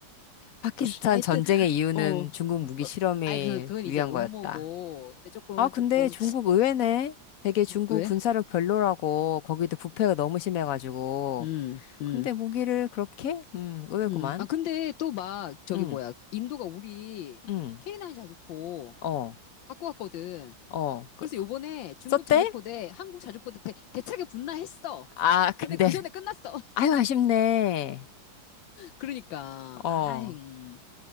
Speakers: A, on the left; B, on the left.
A: 파키스탄
B: 하여튼,
A: 전쟁의 이유는
B: 어.
A: 중국 무기 실험을
B: 아이, 그, 그건
A: 위한
B: 이제 음모고.
A: 거였다.
B: 근데 조금,
A: 아, 근데
B: 조금,
A: 중국 의외네. 되게 중국
B: 왜?
A: 군사력 별로라고, 거기도 부패가 너무 심해가지고.
B: 음, 음,
A: 근데 무기를 그렇게? 음, 의외구만.
B: 음. 아, 근데 또 막, 저기
A: 음,
B: 뭐야. 인도가 우리
A: 음,
B: K9 자주포
A: 어,
B: 갖고 왔거든.
A: 어. 그-
B: 그래서
A: 그-
B: 요번에 중국
A: 썼대?
B: 자주포 대 한국 자주포 대 대, 대차게 붙나 했어.
A: 아, 근데.
B: 근데 그
A: <laughs>
B: 전에 끝났어.
A: 아유, 아쉽네.
B: 그러니까,
A: 어.
B: 아이, 음.